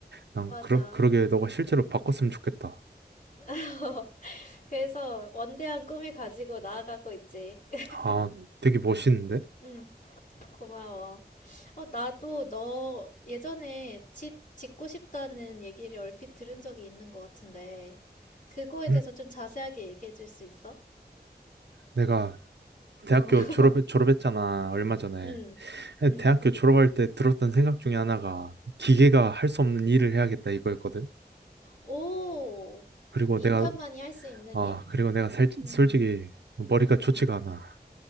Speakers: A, on the right; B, on the left.
A: 난
B: 맞아.
A: 그러, 그러게 너가 실제로 바꿨으면 좋겠다.
B: <laughs> 그래서 원대한 꿈을 가지고 나아가고 있지. <laughs>
A: 아, 되게 멋있는데?
B: 응, 고마워. 어, 나도 너 예전에 집 짓고 싶다는 얘기를 얼핏 들은 적이 있는 것 같은데, 그거에 대해서
A: 응?
B: 좀 자세하게 얘기해 줄 수 있어?
A: 내가 대학교
B: 어,
A: 졸업,
B: <laughs>
A: 졸업했잖아, 얼마 전에.
B: 응, 응.
A: 대학교 졸업할 때 들었던 생각 중에 하나가 기계가 할 수 없는 일을 해야겠다 이거였거든.
B: 오,
A: 그리고
B: 인간만이
A: 내가,
B: 할 수 있는
A: 아,
B: 일?
A: 그리고 내가 살,
B: 응,
A: 솔직히 머리가 좋지가
B: 응,
A: 않아.